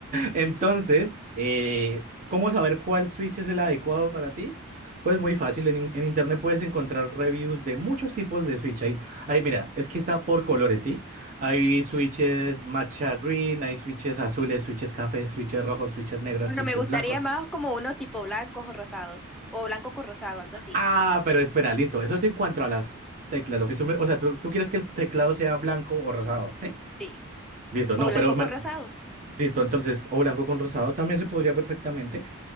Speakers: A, on the right; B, in the centre.
A: Entonces, eh, ¿cómo saber cuál Switch es el adecuado para ti? Pues muy fácil, en, in- en internet puedes encontrar reviews de muchos tipos de Switch. Hay, hay, mira, es que está por colores, ¿sí? Hay switches matcha green, hay switches azules, switches cafés, switches rojos, switches negros,
B: Bueno,
A: switches
B: me gustaría
A: blancos.
B: más como unos tipo blancos o rosados, o blanco con rosado, algo así.
A: Ah, pero espera, listo. Eso es en cuanto a las teclas. Lo que tú me- o sea, tú, tú quieres que el teclado sea blanco o rosado, ¿sí?
B: Sí,
A: Listo,
B: o
A: no,
B: blanco
A: pero me-
B: con rosado.
A: listo, entonces, o blanco con rosado también se podría perfectamente.